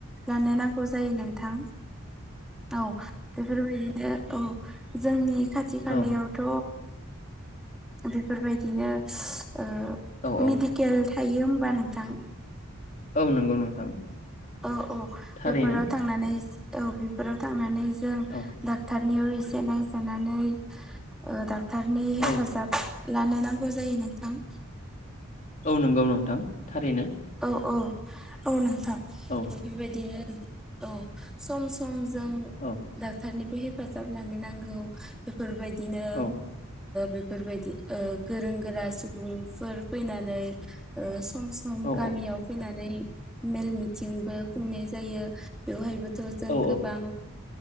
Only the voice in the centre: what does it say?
लानो नांगौ जायो नोंथां। औ बेफोरबायदिनो औ जोंनि खाथि खालायावथ'
बेफोरबायदिनो ओ
मेडिकेल थायो होमबा नोंथां
<inaudible> औ औ
बेफोराव थांनानै औ बेफोराव थांनानै जों
डक्टरनियाव एसे नाव थांनानै डक्टारनि हेफाजाब
लानो नांगौ जायो। जायो नोंथां।
औ औ औ नोंथां
बेफोरबायदिनो औ सम सम जों
डाक्टरनिबो हेफाजाब लानो नांगौ। बेफोरबायदिनो
बेफोरबायदि गोरों गोरा सुबुंफोर फैनानै सम सम
गामि याव फैनानै मेल मिथिंबो खुंनाय जायो बेवहायबोथ' जों
गोबां